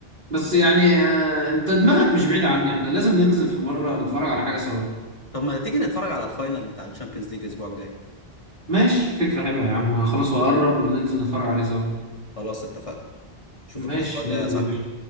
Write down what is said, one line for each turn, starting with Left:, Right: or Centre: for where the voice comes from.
Right: بس يعني آه انت دماغك مش بعيدة عني احنا لازم ننزل في مرة نتفرج على حاجة سوا
Left: طب ما تيجي نتفرج على الفاينل بتاع الشامبيونز ليج الاسبوع الجاي
Right: ماشي فكرة حلوة يا عم خلاص وقرب ننزل نتفرج عليه سوا
Left: خلاص اتفقنا اشوفك
Right: ماشي
Left: الاسبوع الجاي
Right: ننزل
Left: يا صاحبي
Right: يا باشا